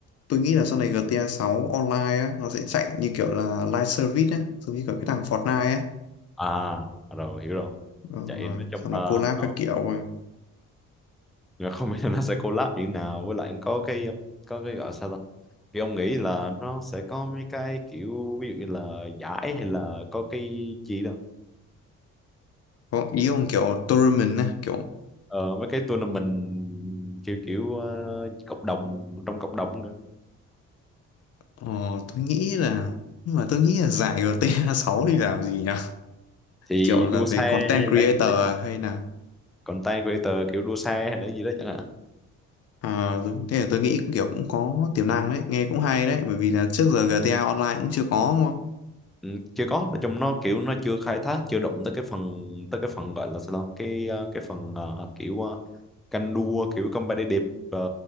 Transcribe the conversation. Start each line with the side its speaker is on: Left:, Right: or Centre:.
Left: tôi nghĩ là sau này GTA 6 online á nó sẽ chạy như kiểu là live service á giống như kiểu cái thằng Fortnite á
Centre: à rồi hiểu rồi
Left: Đúng
Centre: chạy
Left: rồi
Centre: nói chung
Left: xong
Centre: là
Left: nó collab
Centre: nó
Left: các kiểu rồi
Centre: nhưng mà không biết là nó sẽ collab như thế nào với lại có cái um, có cái gọi sao ta thì ông nghĩ là nó sẽ có mấy cái kiểu ví dụ như là giải hay là có cái gì đó
Left: có ý ông kiểu tournament á kiểu
Centre: ờ, mấy cái tournament kiểu kiểu ờ, cộng đồng trong cộng đồng nữa.
Left: ờ, tôi nghĩ là nhưng mà tôi nghĩ là giải GTA 6 <laughs> thì làm gì nhỉ
Centre: thì
Left: kiểu là
Centre: đua
Left: về
Centre: xe
Left: content
Centre: hay là
Left: creator
Centre: gì đó
Left: à, hay là
Centre: content creator kiểu đua xe hay là gì đó chẳng hạn
Left: à, thế là tôi nghĩ kiểu cũng có tiềm năng đấy nghe cũng hay đấy bởi vì là trước giờ GTA online cũng chưa có
Centre: ừ, chưa có nói chung nó kiểu nó chưa khai thác chưa động tới cái phần tới cái phần gọi là sao ta? cái ờ, cái phần ờ, kiểu ờ, canh đua kiểu competitive ờ,